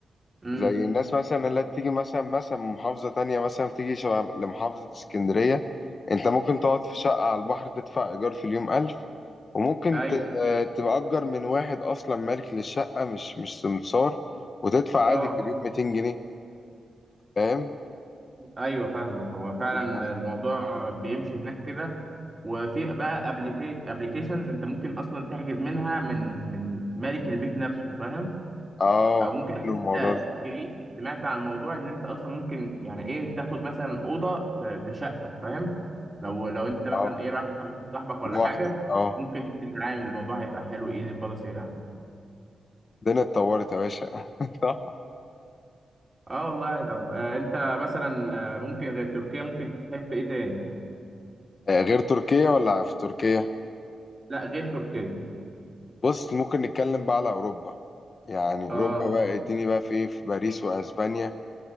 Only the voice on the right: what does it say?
امم
ايوه
اه
ايوه فاهمك هو فعلا
الموضوع بيمشي هناك كده وفي بقى ابلكيشنز انت ممكن اصلا تحجز منها من من مالك البيت نفسه فاهم
او ممكن
حتى
في سمعت عن موضوع ان انت اصلا ممكن يعني ايه تاخد مثلا اوضه في في شقه فاهم لو لو انت مثلا
ايه رايح انت وواحد صاحبك ولا
حاجه
ممكن تتعامل الموضوع هيبقى حلو ايزي خالص يعني
اه والله طب آه انت مثلا آه، ممكن غير تركيا ممكن تحب ايه تاني
لا غير تركيا
اه